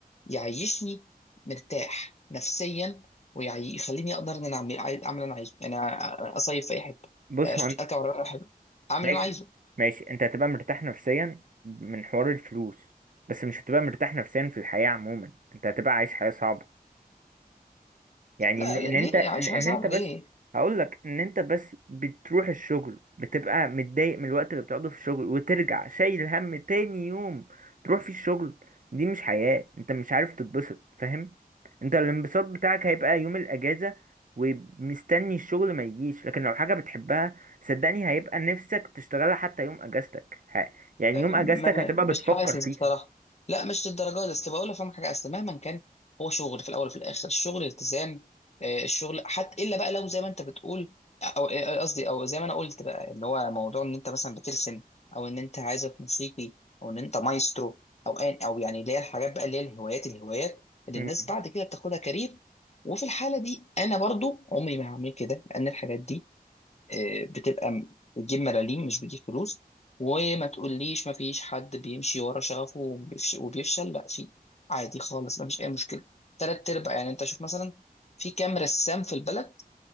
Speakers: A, on the left (about 45°); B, on the right (about 60°).
A: يعيشني مرتاح نفسيا ويخليني اقدر ان انا اعمل عاي- اعمل اللي انا عايزه يعني أ- اصيف في اي حته
B: بص
A: أشت-
B: هو
A: اركب عربيه في اي حته اعمل
B: ماشي
A: اللي انا عايزه
B: ماشي انت هتبقى مرتاح نفسيا من حوار الفلوس بس مش هتبقى مرتاح نفسيا في الحياة عموما انت هتبقى عايش حياة صعبة يعني
A: لا
B: ان ان
A: لا- ليه
B: انت ان
A: عايش
B: إن
A: حياه صعبه
B: انت بس
A: ليه
B: هقول لك ان انت بس بتروح الشغل بتبقى متضايق من الوقت اللي بتقعده في الشغل وترجع شايل هم تاني يوم تروح في الشغل دي مش حياة انت مش عارف تتبسط فاهم انت الانبساط بتاعك هيبقى يوم الاجازة ومستني الشغل ما يجيش لكن لو حاجة بتحبها صدقني هيبقى نفسك تشتغلها حتى يوم اجازتك ه- يعني يوم
A: ما
B: اجازتك هتبقى
A: مش
B: بتفكر
A: حاسس
B: فيها
A: بصراحه لا مش للدرجه دي اصل بقول لك فاهم حاجه اصل مهما كان هو شغل في الاول وفي الاخر الشغل التزام آه، الشغل حتى الا بقى لو زي ما انت بتقول او آه، آه، قصدي او زي ما انا قلت بقى اللي هو موضوع ان انت مثلا بترسم او ان انت عازف موسيقي او ان انت مايسترو او أي- او يعني اللي هي الحاجات بقى اللي هي الهوايات الهوايات اللي
B: مم.
A: الناس بعد كده بتاخدها كارير وفي الحاله دي انا برضو عمري ما هعمل كده لان الحاجات دي آه، بتبقى م- بتجيب ملاليم مش بتجيب فلوس وما تقوليش ما فيش حد بيمشي ورا شغفه وبيفش- وبيفشل لا في عادي خالص ما فيش اي مشكله تلات ارباع يعني انت شوف مثلا في كام رسام في البلد